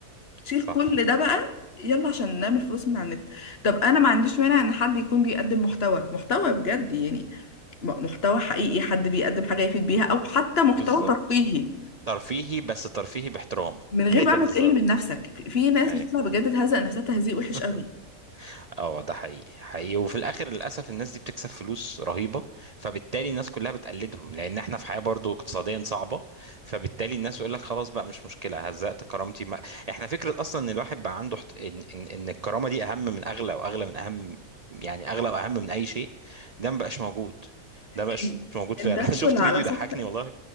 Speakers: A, on the left; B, on the right.
A: شيل
B: صح
A: كل ده بقى يلا عشان نعمل فلوس من على النت طب انا ما عنديش مانع ان حد يكون بيقدم محتوى محتوى بجد يعني م- محتوى حقيقي حد بيقدم حاجة يفيد بيها او حتى محتوى
B: بالظبط
A: ترفيهي
B: ترفيهي بس ترفيهي باحترام
A: من
B: <laughs>
A: غير
B: ايوه
A: بقى ما
B: بالظبط
A: تقل من نفسك في في ناس
B: ايوه
A: بتطلع بجد تهزق نفسها تهزيق وحش
B: <laughs>
A: قوي
B: اه ده حقيقي حقيقي وفي الاخر للاسف الناس دي بتكسب فلوس رهيبه فبالتالي الناس كلها بتقلدهم لان احنا في حياه برضو اقتصاديا صعبه فبالتالي الناس يقول لك خلاص بقى مش مشكله هزقت كرامتي ما. احنا فكره اصلا ان الواحد بقى عنده حت... إن... إن... ان الكرامه دي اهم من اغلى واغلى من اهم يعني اغلى واهم من اي شيء ده ما بقاش موجود ده ما بقاش
A: إن-
B: موجود فعلا
A: انت ادخل
B: <laughs> شفت
A: على
B: فيديو
A: صفحة
B: ضحكني والله